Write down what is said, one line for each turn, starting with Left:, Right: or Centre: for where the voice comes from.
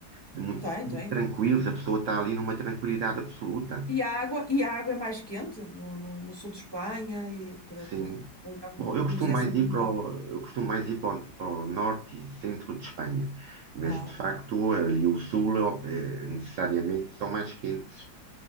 Right: de muito,
Left: tem,
Right: muito
Left: tem,
Right: tranquilos,
Left: muito.
Right: a pessoa está ali numa tranquilidade absoluta.
Left: E a água, e a água é mais quente no, no, no sul de Espanha e para para
Right: Sim,
Left: para dar uns
Right: Bom,
Left: mergulhos
Right: eu costumo
Left: é
Right: mais
Left: sempre
Right: ir
Left: melhor.
Right: para o, eu costumo mais ir para o, para o norte e centro de Espanha, mas
Left: Ah,
Right: de
Left: ok.
Right: facto ali o sul é ob- eh, necessariamente são mais quentes.